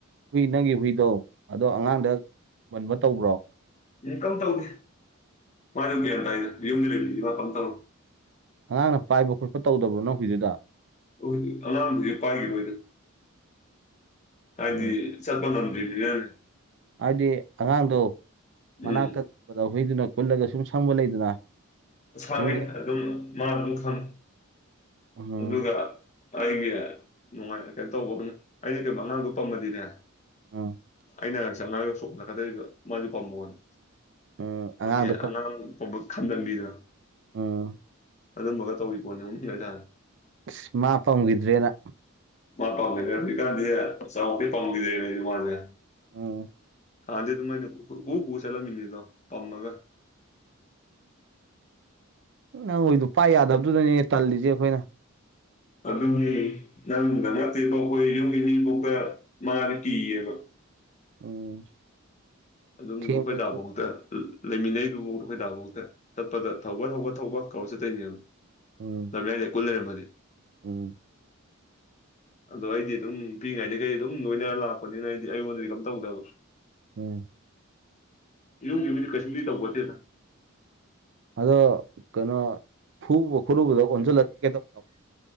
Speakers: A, on the right (about 55°); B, on the left (about 35°).
A: ꯍꯨꯏ ꯅꯪꯒꯤ ꯍꯨꯏꯗꯣ ꯑꯗꯣ ꯑꯉꯥꯡꯗ ꯃꯟꯕ ꯇꯧꯕ꯭ꯔꯣ
B: ꯏ ꯀꯝ ꯇꯧꯗ‌ꯦ ꯃꯥꯗꯨꯝ ꯒꯌꯥꯟ ꯇꯥꯏꯗ ꯌꯨꯝꯗ ꯂꯩꯕꯅꯤ ꯃꯥ ꯀꯝ ꯇꯧꯗ‌ꯦ
A: ꯑꯉꯥꯡꯅ ꯄꯥꯏꯕ ꯈꯣꯠꯄ ꯇꯧꯗꯕ꯭ꯔꯣ ꯅꯪ ꯍꯨꯏꯗꯨꯗ
B: ꯍꯧꯖꯤꯛꯇꯤ ꯑꯉꯥꯡꯖꯤ ꯄꯥꯏꯈꯤꯔ‌ꯣꯏꯗ ꯍꯥꯏꯗꯤ
A: ꯎꯝ
B: ꯆꯠꯄꯉꯝꯗ꯭ꯔꯤꯝꯅꯤꯅꯅꯦ
A: ꯍꯥꯏꯗꯤ ꯑꯉꯥꯡꯗꯣ ꯃꯅꯥꯛꯇꯗ
B: ꯎꯝ
A: ꯍꯨꯏꯗꯨꯅ ꯀꯨꯜꯂꯒ ꯁꯨꯝ ꯁꯪꯕ ꯂꯩꯗꯅ
B: ꯁꯪꯉꯤ
A: ꯌꯨꯝꯒꯤ
B: ꯑꯗꯨꯝ ꯃꯥ ꯑꯗꯨꯝ ꯈꯪꯉꯤ
A: ꯎꯝ
B: ꯑꯗꯨꯒ ꯑꯩꯒꯤ ꯅꯨꯡꯉꯥꯏ ꯀꯩꯅꯣ ꯇꯧꯕ ꯑꯃꯅ ꯑꯩꯅ ꯀꯩꯝꯕ ꯑꯉꯥꯡꯗꯣ ꯄꯝꯃꯗꯤꯅꯦ
A: ꯎꯝ
B: ꯑꯩ ꯅꯅꯥꯛꯆꯪꯉꯒ ꯁꯣꯛꯅꯀꯗꯩꯕ ꯃꯥꯖꯨ ꯄꯝꯃꯣꯅ
A: ꯎꯝ
B: ꯈꯣꯏꯒꯤ
A: ꯑꯉꯥꯡꯗꯣ
B: ꯑꯉꯥꯡ ꯄꯨꯕ ꯈꯝꯕꯜꯂꯤꯗꯅ
A: ꯎꯝ
B: ꯑꯗꯨꯝꯕꯒ ꯇꯧꯏꯄꯣꯠꯅꯤ ꯅꯣꯅꯤꯡꯒꯖꯥꯠꯅꯤ
A: ꯑꯁ ꯃꯥ ꯄꯝꯒꯤꯗ꯭ꯔꯦꯅ
B: ꯃꯥ ꯄꯥꯈꯤꯗꯦ ꯍꯧꯖꯤꯛꯀꯥꯟꯖꯦ ꯆꯥꯎꯗꯩ ꯄꯥꯝꯈꯤꯗꯦꯅꯦ ꯑꯩꯁꯦ ꯃꯥꯖꯦ
A: ꯎꯝ
B: ꯍꯥꯟꯗꯤꯗꯨꯝ ꯑꯩ ꯅ ꯎ ꯀꯨ ꯆꯠꯂꯝꯃꯤꯅꯤꯗꯣ ꯄꯝꯃꯒ
A: ꯅꯪꯍꯨꯏꯗꯣ ꯄꯥꯏ
B: ꯑꯁ
A: ꯌꯥꯗꯕꯗꯨꯗꯅꯦ ꯇꯜꯂꯤꯖꯦ ꯑꯩꯈꯣꯏꯅ
B: ꯑꯗꯨꯒꯤ ꯅꯪꯗ ꯅꯠꯇꯦꯕꯣ ꯑꯩꯈꯣꯏ ꯌꯨꯝꯒꯤ ꯃꯤꯐꯥꯎꯗ ꯃꯥꯅ ꯀꯤꯌꯦꯕ
A: ꯎꯝ
B: ꯑꯗꯨꯝ
A: ꯊꯦꯡꯕ
B: ꯑꯩꯈꯣꯏ ꯗꯥꯕꯥꯎꯗ ꯂꯩꯃꯤꯟꯅꯔꯤꯗꯨꯕꯧꯗ ꯈꯣꯏꯗꯥꯐꯧꯗ ꯆꯠꯄꯗ ꯊꯧꯕ ꯊꯧꯕ ꯊꯧꯕ ꯀꯧꯔ ꯆꯠꯇꯣꯏꯅꯦꯕ
A: ꯎꯝ
B: ꯂꯝꯌꯥꯏꯗꯒ ꯀꯨꯜ‌ꯂꯩꯔꯝꯃꯗꯤ
A: ꯎꯝ
B: ꯑꯗꯣ ꯑꯩꯗꯤ ꯑꯗꯨꯝ ꯄꯤꯛꯏꯉꯩꯗꯒꯤ ꯑꯩ ꯑꯗꯨꯝ ꯂꯣꯏꯅꯔ ꯂꯥꯛꯄꯅꯤꯅ ꯑꯩꯗꯤ ꯑꯩꯉꯣꯟꯗꯗꯤ ꯀꯝ ꯇꯧꯗꯕ
A: ꯎꯝ
B: ꯌꯨꯝꯒꯤ ꯃꯤꯗꯤ ꯀꯩꯁꯨꯕꯨꯗꯤ ꯇꯧꯕꯣꯠꯇꯦꯗ
A: ꯑꯗꯣ ꯀꯩꯅꯣ ꯐꯨꯕ ꯈꯣꯠꯂꯨꯕꯗꯣ ꯑꯣꯟꯁꯤꯜꯂ ꯆꯤꯀꯦꯇꯧꯕꯗꯣ